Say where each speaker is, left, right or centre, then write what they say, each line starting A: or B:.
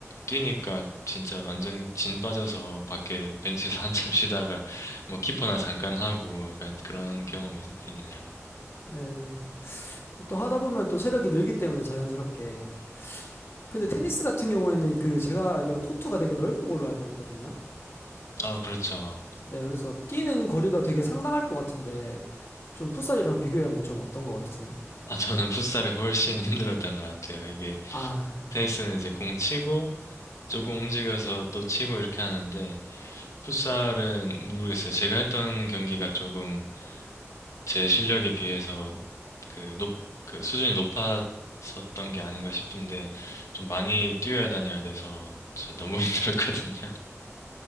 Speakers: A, on the left; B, on the left.
A: 뛰니까 진짜 완전 진 빠져서 밖에 벤치에서 <laughs> 한참 쉬다가 뭐 키퍼나 잠깐 하고 약간 그런
B: 음,
A: 경험이 있- 있네요.
B: 네, 네. 또 하다 보면 또 체력이 늘기 때문에 자연스럽게. 근데 테니스 같은 경우에는 그 제가 알기로는 코트가 되게 넓은 걸로 알고 있거든요.
A: 아, 그렇죠.
B: 네, 그래서 뛰는 거리가 되게 상당할 것 같은데 좀 풋살이랑 비교하면 좀 어떤 것 같으세요?
A: 아, 저는 풋살이 훨씬 <laughs> 힘들었던 것 같아요. 이게
B: 아, 네.
A: 테니스는 이제 공 치고 조금 움직여서 또 치고 이렇게 하는데, 풋살은 모르겠어요. 제가 했던 경기가 조금 제 실력에 비해서 그 높, 그 수준이 높았었던 게 아닌가 싶은데, 좀 많이 뛰어야 다녀야 돼서 저 너무 <laughs> 힘들었거든요.